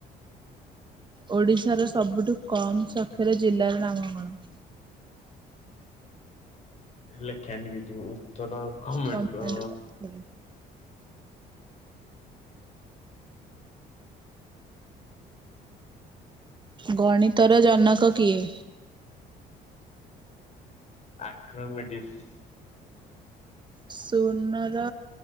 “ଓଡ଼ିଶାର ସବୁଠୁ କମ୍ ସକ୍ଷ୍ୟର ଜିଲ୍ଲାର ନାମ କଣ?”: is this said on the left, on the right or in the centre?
Right